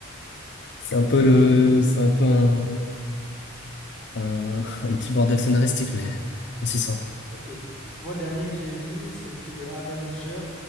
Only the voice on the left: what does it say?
C'est un peu
le,
c'est un peu un, un, <laughs> un petit bordel scénaristique, mais on s'y sort.